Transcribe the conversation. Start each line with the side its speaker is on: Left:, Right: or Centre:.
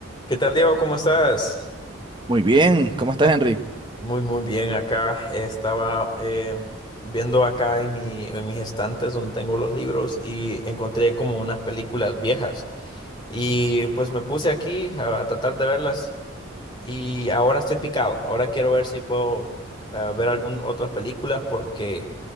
Left: ¿Qué tal, Diego? ¿Cómo estás?
Right: Muy bien, ¿cómo estás, Henry?
Left: Muy, muy bien acá. Estaba eh, viendo acá en mi, en mis estantes donde tengo los libros y encontré como unas películas viejas. Y pues me puse aquí a, a tratar de verlas y ahora estoy picado. Ahora quiero ver si puedo ah, ver algún otras películas porque